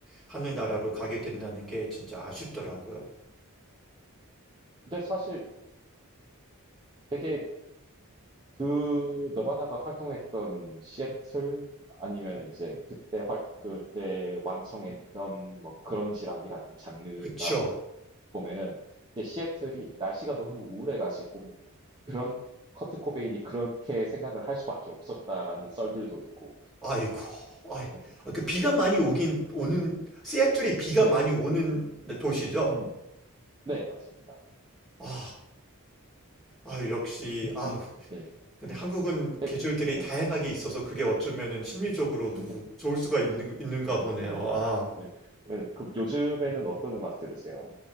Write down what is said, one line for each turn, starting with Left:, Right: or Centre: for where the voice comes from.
Centre: 하늘나라로 가게 된다는 게 진짜 아쉽더라고요.
Right: 근데 사실 되게 그 너바나가 활동했던 시애틀 아니면 이제 그때 활 그때 왕성했던 뭐 그런지락이라는 장르가
Centre: 그쵸.
Right: 보면은 이제 시애틀이 날씨가 너무 우울해가지고 그런 커트 코베인이 그렇게 생각을 할 수밖에 없었다라는 썰들도 있고.
Centre: 아이고, 아이,
Right: 네,
Centre: 아, 그 비가 많이 오긴, 오는, 시애틀이 비가
Right: 네네.
Centre: 많이 오는 도시죠?
Right: 음, 네, 맞습니다.
Centre: 아. 아, 역시, 아,
Right: 음, 네,
Centre: 근데
Right: 음,
Centre: 한국은 계절들이
Right: 네,
Centre: 다양하게 있어서 그게 어쩌면은 심리적으로도
Right: 네,
Centre: 좋을 수가 있는,
Right: 음,
Centre: 있는가 보네요.
Right: 네,
Centre: 아,
Right: 네. 네, 그럼 요즘에는 어떤 음악 들으세요?